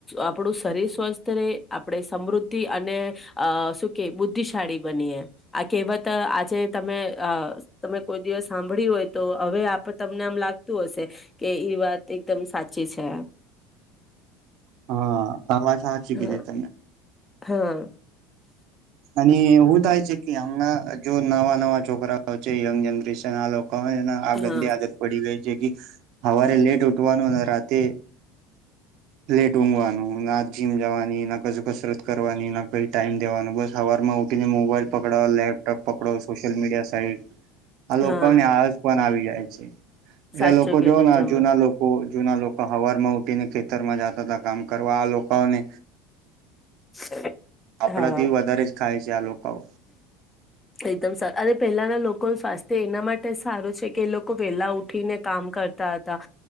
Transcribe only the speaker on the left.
આપણું શરીર સ્વસ્થ રહેે, આપણેે સમૃદ્ધિ અને શું કે બુદ્ધિશાળી બનીએ. આ કહેવત આજે તમે આ તમે કોઈ દિવસ સાંભળ્યું હોય તો, હવે આપ તમને આમ લાગતું હશે કે ઈ વાત એકદમ સાચી છે.
હા
હા.
હા
હા
સાચું
કીધું
તમે
<inaudible>
હા
એકદમ અને પહેલાના લોકોનું સ્વાસ્થ્ય એના માટે સારું છે કે એ લોકો વેલા ઉઠીને કામ કરતા હતા